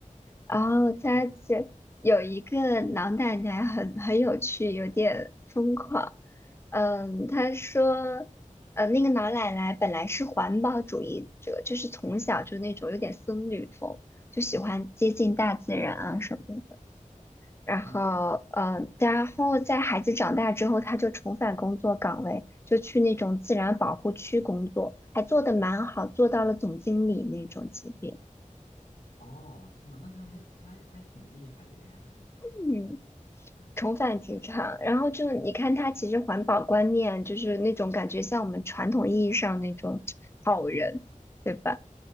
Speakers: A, on the left; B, on the left.
A: 然后他这有一个老奶奶很很有趣，
B: 然后呢？
A: 有点疯狂。嗯，她说，呃，那个老奶奶本来是环保主义者，就是从小就那种有点僧侣风，就喜欢接近大自然啊什么的。然后，
B: 嗯嗯嗯，
A: 嗯，然后在孩子长大之后，她就重返工作岗位，就去那种自然保护区工作，还做得蛮好，做到了总经理那种级别。
B: 哦，是吗？那他还还还挺厉害的呀。
A: 嗯。
B: <laughs> 嗯
A: 重返职场，然后就你看他其实环保观念就是那种感觉像我们传统意义上那种好人，对吧？